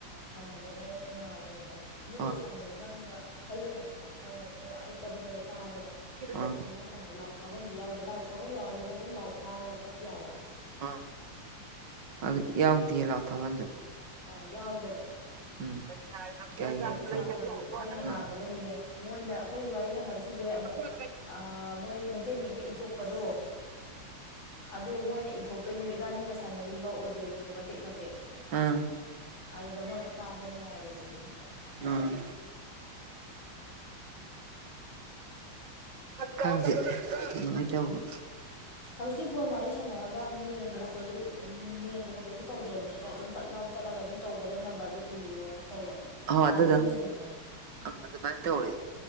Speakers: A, on the left; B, on the right.
A: ꯁꯥꯟꯅꯕꯅ ꯅꯨꯡꯉꯥꯏꯕꯅꯦꯕ ꯂꯨꯠꯇ
B: ꯍꯣꯏ
A: ꯁꯝꯕꯁꯨ ꯅꯪꯅ ꯍꯌꯦꯡ ꯈꯔ ꯅꯨꯡꯉꯥꯏꯇꯕꯅꯦꯕ ꯇꯥꯕꯗ ꯑꯗꯨ
B: ꯎꯝ
A: ꯁ ꯂꯥꯎ ꯊꯕꯝꯁꯨ ꯌꯥꯎꯗꯦ ꯂ ꯊꯛ ꯌꯥꯎꯅꯤꯅ ꯑꯗꯨꯝ ꯂꯥꯎ ꯊꯥꯔꯒ ꯊꯞ ꯌꯥꯕ
B: ꯎꯝ ꯑꯗꯨ ꯌꯥꯎꯗꯦ ꯂꯥꯎꯊꯥꯕꯜꯁꯨ
A: ꯑ ꯌꯥꯎꯗꯕ
B: ꯎꯝ ꯀꯩꯒꯤꯅꯣ
A: ꯏꯌꯥꯔꯄꯤꯤꯁ
B: ꯈꯪꯗꯦ
A: ꯍꯥꯞꯄꯁꯨ ꯅꯪꯅ ꯉꯥꯡꯕꯗꯣ
B: ꯎꯝ
A: ꯍꯌꯦꯡ ꯃꯣꯏꯅ ꯑꯩꯈꯣꯏ ꯋꯥꯔꯤ ꯁꯥꯟꯅꯕꯁꯤꯁꯦ ꯑꯃꯨꯛ
B: ꯑꯥ ꯑꯥ
A: ꯃꯣꯏ ꯃꯩꯇꯩ ꯃꯌꯦꯛꯅ ꯏꯊꯣꯛꯄꯗꯣ ꯑꯗꯨ ꯃꯣꯏꯅ ꯄꯨꯊꯣꯛꯇꯣꯏꯅꯦꯕ ꯏꯕꯥꯅꯤꯅ ꯁꯥꯟꯅꯔꯤꯕ ꯑꯣꯗꯤꯌꯣꯁꯤꯡꯁꯦ ꯃꯇꯦꯛ ꯃꯇꯦꯛ
B: ꯑꯥ
A: ꯑꯗꯨꯗ ꯃꯣꯏꯅ ꯇꯥꯕ ꯅꯨꯡꯉꯥꯏꯔꯣꯏꯗꯣꯏ
B: ꯎꯝ ꯈꯪꯗꯦ ꯆꯕ
A: ꯍꯧꯖꯤꯛꯇꯤ ꯐꯣꯟ ꯋꯥꯔꯤ ꯁꯥꯟꯅꯔꯒ ꯃꯦꯟꯕ ꯈꯣꯠꯄꯁꯨ ꯎ ꯃꯦꯟꯕ ꯈꯣꯠꯄꯁꯨ ꯇꯧꯗ꯭ꯔꯕꯅꯦꯗ ꯑꯗꯨꯝ ꯄꯠ ꯂꯥꯎ ꯆꯠꯂꯒ ꯑꯗꯨꯝ ꯇꯧꯒꯗꯕ ꯅꯝꯕꯔꯗꯨꯣ ꯏꯔꯣꯅ ꯇꯧꯔꯕꯅꯦ
B: ꯍꯣꯏ
A: ꯍꯥꯟꯅꯗꯤ
B: ꯑꯗꯨꯗꯪ
A: ꯃꯦꯜꯂꯝꯕꯅꯦ
B: ꯑꯪ ꯑꯗꯨꯃꯥꯏꯅ ꯇꯧꯔꯦ